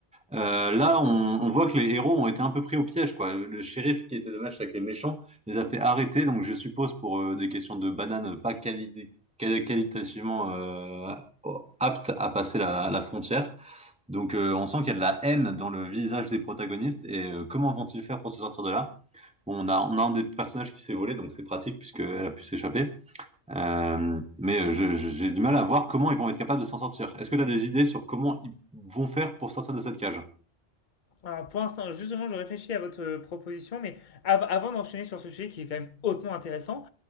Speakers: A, in the centre; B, on the left (about 45°).
A: Euh, là, on, on voit que les héros ont été un peu pris au piège, quoi. Le shérif qui était de match avec les méchants les a fait arrêter, donc je suppose pour euh, des questions de bananes pas quali- quali- qualitativement euh, aptes à passer la, la frontière. Donc euh, on sent qu'il y a de la haine dans le visage des protagonistes et euh, comment vont-ils faire pour se sortir de là? Bon, on a, on a un des personnages qui s'est volé, donc c'est pratique puisqu'elle a pu s'échapper. Euh, mais euh, je- je- j'ai du mal à voir comment ils vont être capables de s'en sortir. Est-ce que tu as des idées sur comment ils vont faire pour sortir de cette cage?
B: Alors, pour l'instant, justement, je réfléchis à votre euh, proposition, mais av- avant d'enchaîner sur ce sujet qui est quand même hautement intéressant,